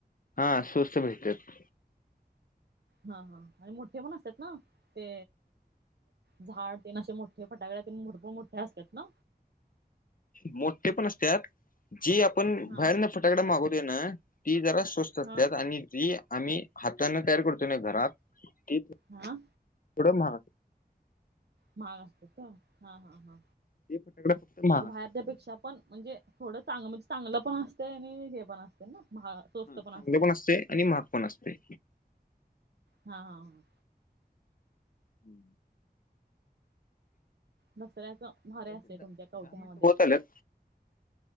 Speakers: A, on the left; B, on the right.
A: हा स्वस्थ भेटतात.
B: हा हा आणि मोठे पण असतात ना. ते झाड ते असे मोठे फटाकळे भरपूर मोठे असतात. ना
A: मोठे पण असत. जी आपण
B: हा
A: बाहेरन फटाकडा मागवत ना ती जरा स्वस्त असतात
B: हा
A: आणि जी आम्ही हाताना तयार करतो ना घरात
B: हा.
A: उडं महा
B: महाग असत का हा हा हा
A: ते फटाकडे फक्त महाग
B: म्हणजे बाहेरच्या
A: असतात थोडं
B: पेक्षा पण म्हणजे थोडं चांगल म्हणजे चांगलं पण असतं आणि हे पण असते ना. स्वस्त
A: ह चांगल
B: असतंय
A: पण असते आणि महाग पण असते.
B: हा हां ह.
A: हम्म.
B: दसऱ्याच भारे
A: चालतंय,
B: असते तुमच्या कवठ्यामध्ये
A: दहा मिनिट होत आल्यात